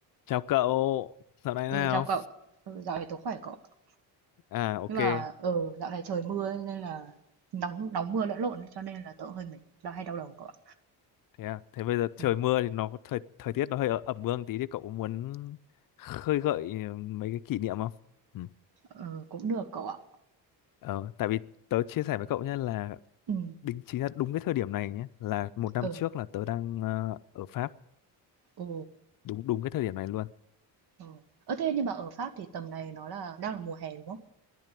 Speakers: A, on the left (about 55°); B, on the right (about 65°).
A: Chào cậu, dạo này thế
B: Ừ,
A: nào?
B: chào cậu. Ừ, dạo này tớ khỏe cậu. ạ.
A: À ok,
B: Nhưng mà
A: thế,
B: ừ, dạo này trời mưa ấy, nên là nóng nóng mưa lẫn lộn ấy, cho nên là tớ hơi mệt, đau hay đau đầu cậu ạ.
A: thế à, thế bây giờ trời
B: Ừ.
A: mưa thì nó có thời thời tiết nó hơi ở- ẩm ương tí thì cậu muốn khơi gợi mấy cái kỷ niệm không? Ừ.
B: Ừ, cũng được cậu ạ.
A: Ờ, tại vì tớ chia sẻ với cậu nhé là
B: Ừ,
A: đính chính là đúng cái thời điểm này nhé là một năm
B: ừ,
A: trước là tớ đang ờ, ở Pháp
B: ừ,
A: đúng đúng cái thời điểm này luôn
B: ừ. Ờ, thế nhưng mà ở Pháp thì tầm này nó là đang là mùa hè đúng không?